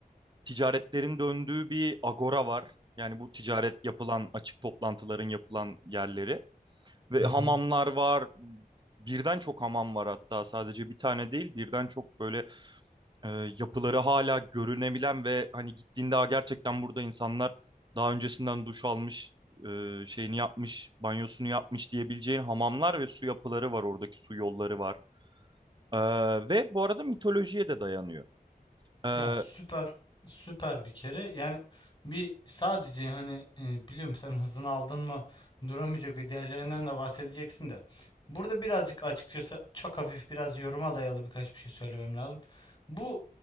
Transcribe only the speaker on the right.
ticaretlerin döndüğü bir agora var. Yani bu ticaret yapılan, açık toplantıların yapılan yerleri. Ve
hamamlar var. Birden çok hamam var hatta sadece bir tane değil birden çok böyle e, yapıları hala görünebilen ve hani gittiğinde "Aa, gerçekten burada insanlar daha öncesinden duş almış, e, şeyini yapmış, banyosunu yapmış diyebileceğin hamamlar ve su yapıları var oradaki su yolları var. E, ve bu arada mitolojiye de dayanıyor. E,